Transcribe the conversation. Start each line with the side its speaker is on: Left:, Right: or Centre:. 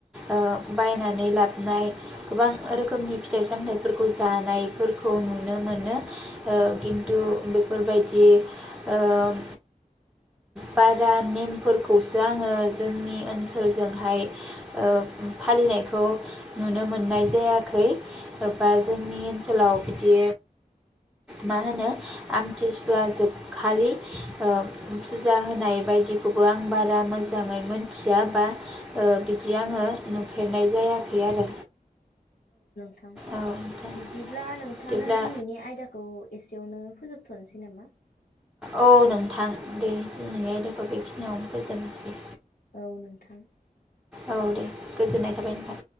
Centre: ओ बायनानै लाबनाय गोबां रोखोमनि फिथाइ सामथाइफोरखौ जानायफोरखौ नुनो मोनो ओ किन्थु बेफोरबायदि ओम बारा नेमफोरखौस आङो जोंनि ओनसोलजोंहाय ओ फालिनायखौ नुनो मोननाय जायाखै बा जोंनि ओनसोलाव बिदि मा होनो आमथिसुवा जोबखालि ओ फुजा होनाय बायदिखौबो आं बारा मोजाङै मोनथिया बा ओ बिदि आङो नुफेरनाय जायाखै आरो
Left: थां
Centre: औ नोंथां
Left: बिदिब्ला नोंथां
Centre: बिदिब्ला
Left: दिनैनि आयदाखौ एसे बेयावनो फोजोबथनोसै नामा?
Centre: औ नोंथां दे दिनैनि आयदाखौ बेखिनियावनो फोजोबनोसै।
Left: औ नोंथां।
Centre: औ दे गोजोननाय थाबाय नोंथां।